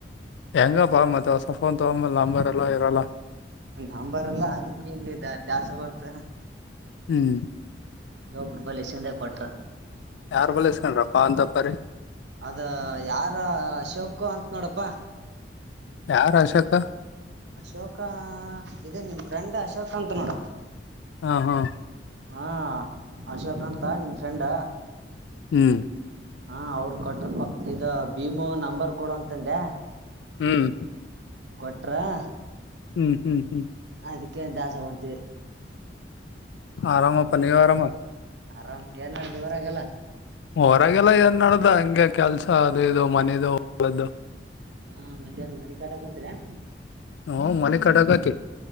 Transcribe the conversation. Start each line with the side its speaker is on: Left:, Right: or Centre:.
Left: ಹೆಂಗಪ್ಪಾ ಮತ್ತ ಸಫೋನ್ ತಗೊ ಮ ಲಾಂಬರ್ ಎಲ್ಲ ಇರಲ್ಲ
Right: ನಂಬರ್ಲ್ಲಾ ಅದಿಕ್ಕೆ ಜಾಸ್ ಬಂರುತ
Left: ಹ್ಮ್
Right: ನಮನೆಂಬಲಿ ಏಷಿಯನ್ದ ಕ್ವಾಟರ
Left: ಯಾರ್ ಬಲಸ್ಕೊಂಡ್ರಪ್ಪಾ ಅಂತಪ್ಪರಿ
Right: ಅದ ಯಾರ ಅಶೋಕ ಅಂತ ನೋಡಪ್ಪಾ
Left: ಯಾರ ಅಶೋಕ
Right: ಅಶೋಕ ಇದೆ ನಿನ್ ಫ್ರೆಂಡ್ ಅಶೋಕ ಅಂತ ನೋಡು
Left: ಹಾ ಹಾ
Right: ಹಾ ಅಶೋಕ ಅಂತ ನಿಮ್ ಫ್ರೆಂಡ
Left: ಹ್ಮ್
Right: ಹಾ ಅವರು ಕೊಟ್ಟ್ರಪ ಇದ ಭೀಮೋ ನಂಬರ್ ಕೊಡ ಅಂತಂದೆ
Left: ಹ್ಮ್
Right: ಕೊಟ್ರರು
Left: ಹ್ಮ್ ಹ್ಮ್ ಹ್ಮ್.
Right: ಅದಕ್ಕೆೇ ದಾಸರ ಅಂತೀವಿ.
Left: ಆರಾಮಪ್ಪ ನೀವು ಆರಾಮ.
Right: ಆರಾಮ್ ಏನ್ ಮಾಡದ ಊರಗೆಲ್ಲಾ.
Left: ಹೊರಾಗಲ್ಲ ಏನ್ ಮಾಡದ ಹಂಗೆ ಕೆಲ್ಸ ಅದು ಇದು ಮನೇದು ಹೊಲದು.
Right: ಹಾ ಮತ್ತ್ಯಾನ್ ಮನಿ ಕಟ್ಟಕ ಕುಂತ್ರೇನ.
Left: ಹೂ ಮನೆ ಕಟ್ಟಕತಿವಿ.